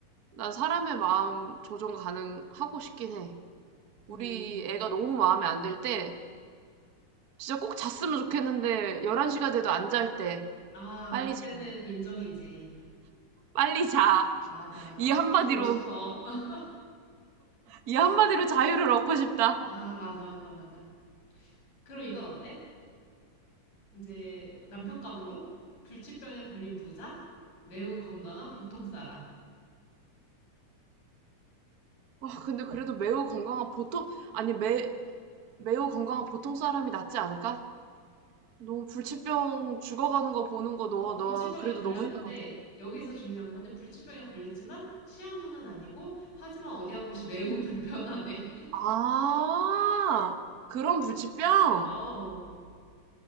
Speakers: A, on the right (about 80°); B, on the left (about 70°).
A: 난 사람의 마음 조정 가능하고 싶긴 해.
B: 음,
A: 우리 애가 너무 마음에 안 들 때, 진짜 꼭 잤으면 좋겠는데, 11시가 돼도 안 잘 때,
B: 아,
A: 빨리
B: 그때는
A: 자.
B: 인정이지.
A: 빨리 자.
B: 맞아. 맞춤
A: 이 한마디로,
B: 쏘고 싶어. <laughs>
A: 이 한마디로 자유를 얻고 싶다.
B: 아, 맞아, 맞아, 맞아. 그럼 이건 어때? 이제 남편감으로 불치병에 걸린 부자, 매우 건강한 보통 사람.
A: 아, 근데 그래도 매우 건강한 보통, 아니, 매, 매우 건강한 보통 사람이 낫지 않을까? 너무 불치병 죽어가는 거 보는 거 너,
B: 어, 불치병에
A: 너 그래도
B: 걸렸는데,
A: 너무 힘들 것 같아.
B: 여기서 중요한 거는 불치병에 걸렸지만, 시한부는 아니고, 하지만 어디 한 곳이 매우 불편하대.
A: 아, 그런 불치병?
B: <laughs> 어,